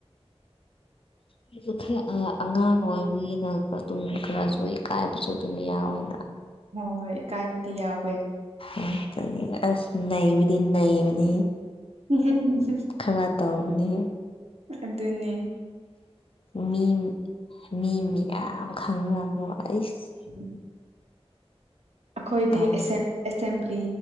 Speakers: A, on the left; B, on the right.
A: ꯑꯩꯖꯨ ꯈꯔ ꯑꯉꯥ ꯑꯉꯥꯡ ꯑꯣꯏꯕꯒꯤꯅ ꯑꯗꯨꯝ ꯈꯔꯁꯨ ꯏꯀꯥꯏꯕꯁꯨ ꯑꯗꯨꯝ ꯌꯥꯎꯋꯦꯕ
B: ꯍꯣ ꯍꯣꯏ ꯏꯀꯥꯏꯕꯗꯤ ꯌꯥꯎꯋꯦ
A: ꯉꯛꯇꯅꯦ ꯑꯁ ꯅꯩꯕꯗꯤ ꯅꯩꯕꯅꯤ
B: <unintelligible>
A: ꯈꯔ ꯇꯧꯕꯅꯤ
B: ꯑꯗꯨꯅꯦ
A: ꯃꯤ ꯃꯤ ꯃꯌꯥꯝ ꯈꯪꯔꯕꯣ ꯑꯩꯁ
B: ꯎꯝ <inaudible> ꯑꯩꯈꯣꯏꯗꯤ
A: ꯇꯧꯕꯅꯦ
B: ꯑꯦꯁꯦꯝꯕ꯭ꯂꯤ